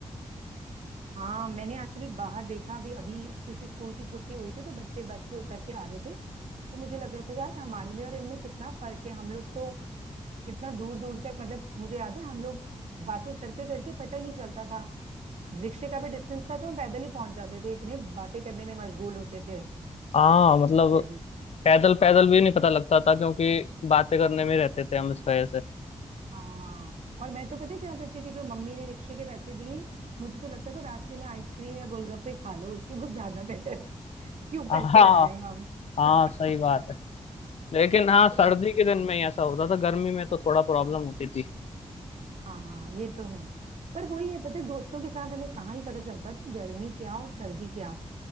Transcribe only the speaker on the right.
हाँ मैंने एक्चुअली बाहर देखा अभी अभी किसी स्कूल की छुट्टी हुई थी तो बच्चे बस से उतर के आ रहे थे तो मुझे लग रहा था यार हमारे में और इनमें कितना फर्क है हम लोग तो कितना दूर दूर तक मतलब मुझे याद है हम लोग बातें करते करते पता ही नहीं चलता था रिक्शे का भी डिस्टेंस था तो हम पैदल ही पहुंच जाते थे इतने बातें करने में मशगूल होते थे
सही
हाँ और मैं तो पता है क्या करती थी जो मम्मी ने रिक्शे के पैसे दिए मुझे तो लगता था रास्ते में आइसक्रीम या गोलगप्पे खा लो उसकी वो ज्यादा बेटर है क्यों पैसे
लगाए हम
<laughs>
सच
में।
हाँ ये तो है पर वही है पता है दोस्तों के साथ हमें कहाँ ही पता चलता था गर्मी क्या और सर्दी क्या